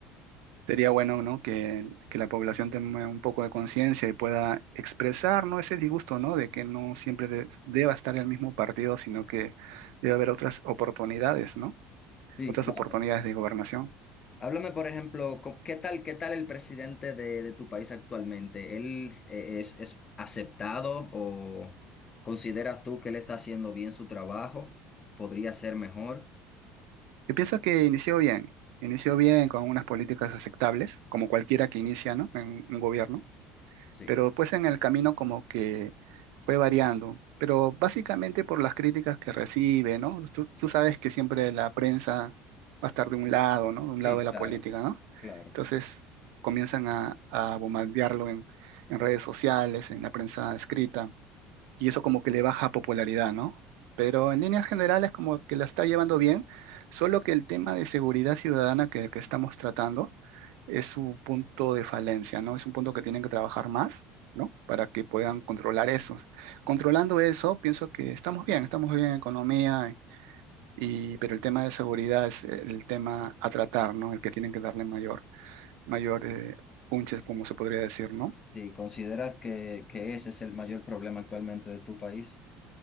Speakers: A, on the right; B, on the left.
A: Sería bueno, ¿no? Que, que la población tenga un poco de conciencia y pueda expresar, ¿no? Ese disgusto, ¿no? De que no siempre de- deba estar el mismo partido, sino que debe haber otras oportunidades, ¿no?
B: Sí,
A: Otras
B: claro.
A: oportunidades de gobernación.
B: Háblame, por ejemplo, co- ¿qué tal, qué tal el presidente de, de tu país actualmente? ¿Él eh, es, es aceptado o consideras tú que él está haciendo bien su trabajo? ¿Podría ser mejor?
A: Yo pienso que inició bien, inició bien con unas políticas aceptables, como cualquiera que inicia, ¿no? En un gobierno,
B: Sí,
A: pero pues en el camino como que fue variando, pero básicamente por las críticas que recibe, ¿no? Tú, tú sabes que siempre la prensa va a estar de un lado, ¿no? De un
B: sí,
A: lado de
B: claro,
A: la política, ¿no?
B: claro.
A: Entonces comienzan a, a bombardearlo en, en redes sociales, en la prensa escrita y eso como que le baja popularidad, ¿no? Pero en líneas generales como que la está llevando bien, solo que el tema de seguridad ciudadana que, que estamos tratando es su punto de falencia, ¿no? Es un punto que tienen que trabajar más, ¿no? Para que puedan controlar eso. Controlando eso, pienso que estamos bien, estamos bien en economía, y, pero el tema de seguridad es el tema a tratar, ¿no? El que tienen que darle mayor, mayor eh, punches, como se podría decir, ¿no?
B: Sí, ¿consideras que, que ese es el mayor problema actualmente de tu país?